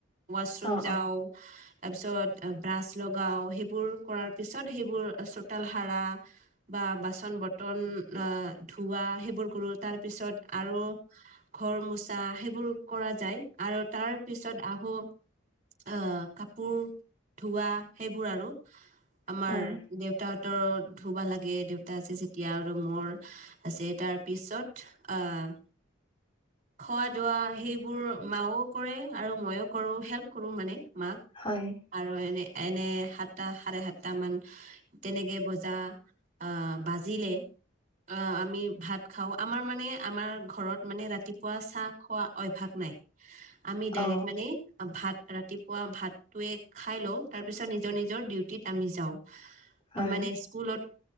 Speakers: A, on the right (about 35°); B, on the left (about 25°).
A: ৱাছৰুম
B: অ
A: যাওঁ
B: অ
A: তাৰ পিছত বাচ্ছ লগাও সেইবোৰ কৰ পিছত সেবোৰ চোতালত হাৰা বা বাচন বৰ্তন নে ধুৱা সেইবোৰ কৰো তাৰ পিছত আৰু ঘৰ মোচা সেইবোৰ কৰা যায় আৰু তাৰ পিছত আহো আহ কাপোৰ ধোৱা সেইবোৰ আৰু আমাৰ
B: হয়
A: দেউতাহঁতৰ ধুবা লাগে দেউতা আছে যেতিয়া আৰু মোৰ আছে তাৰ পিছত আহ খোৱা দোৱা সেইবোৰ মাও কৰে আৰু ময়োও কৰো হেল্প কৰো মানে মাক
B: হয়
A: আৰু এনে এনে সাতটা সাৰে সাতটা মান তেনেকে বজা আহ বাজিলে অহ আমি ভাত খাওঁ আমাৰ মানে আমাৰ ঘৰত মানে ৰাতিপুৱা চাহ খোৱা অভ্যাস নাই। আমি ডাইৰেক্টৰ
B: অ
A: মানে ভাত ৰাতিপুৱা ভাতটোয়ে খাই লও তাৰ পিছত নিজৰ নিজৰ ডিউটিত আমি যাওঁ
B: হয়
A: মানে
B: হয়
A: স্কুলত